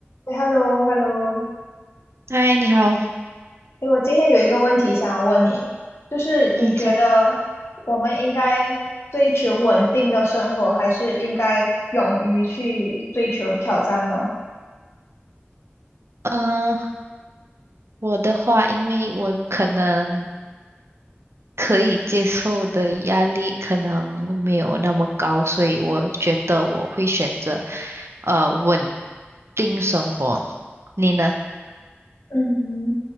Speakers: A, on the left; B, on the right.
A: 哎，hello，hello，
B: 嗨，你好。
A: 哎，我今天有一个问题想要问你，就是你觉得我们应该追求稳定的生活，
B: 嗯，差
A: 还是应该勇于去追求挑战呢？
B: 嗯、呃我的话，因为我可能可以接受的压力可能没有那么高，所以我觉得我会选择呃稳定生活。你呢？
A: 嗯，